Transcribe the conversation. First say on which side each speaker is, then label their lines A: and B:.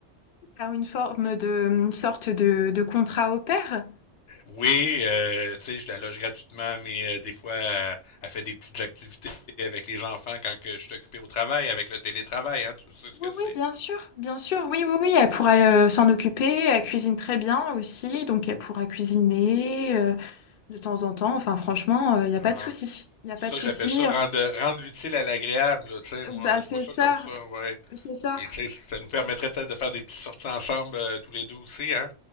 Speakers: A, on the left; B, on the left.
A: T'as une forme de, une sorte de, de contrat au pair.
B: Oui, euh, tu sais, je la loge gratuitement, mais euh, des fois, elle, elle fait des petites activités avec les enfants quand que je suis occupé au travail, avec le télétravail, hein, tu sais ce que
A: Oui,
B: c'est.
A: oui, bien sûr, bien sûr, oui, oui, oui, elle pourra euh, s'en occuper, elle cuisine
B: Mm.
A: très bien aussi, donc elle pourra cuisiner euh, de temps en temps, enfin franchement, euh, il n'y a
B: Ah.
A: pas de souci, il n'y a pas
B: Ça,
A: de souci,
B: j'appelle ça
A: Euh,
B: rendre, rendre l'utile à l'agréable, là, tu sais, moi,
A: bah c'est
B: je vois ça
A: ça,
B: comme ça, ouais.
A: c'est ça,
B: Puis, tu sais, ça nous permettrait peut-être de faire des petites sorties ensemble, euh, tous les deux aussi, hein.